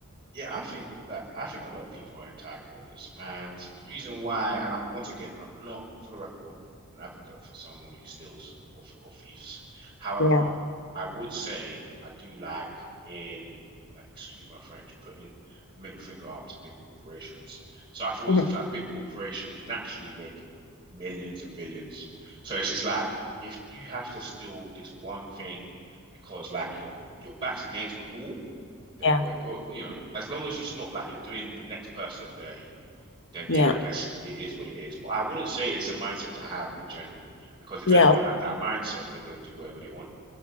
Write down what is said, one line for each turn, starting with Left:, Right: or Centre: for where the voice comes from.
Right: Yeah, I think that I think a lot of people are in tight corners, and the reason why, and I'm once again, I'm not for the record an advocate for someone who steals or or thieves. However,
Left: Yeah.
Right: I would say I do like in, like, excuse my French, putting the middle finger up to big corporations. So I feel
Left: <laughs>
Right: as
Left: Mhm.
Right: if like big corporations naturally make millions and billions. So it's just like if you have to steal this one thing because like your your back's against the wall then
Left: Yeah.
Right: boy, go. You know, as long as it's not like you're doing the next person dirty, then
Left: Yeah.
Right: yeah, I guess it is what it is. But I wouldn't say it's a mindset to have in general, because if
Left: Yeah.
Right: everyone had that mindset, then they'll do whatever they want.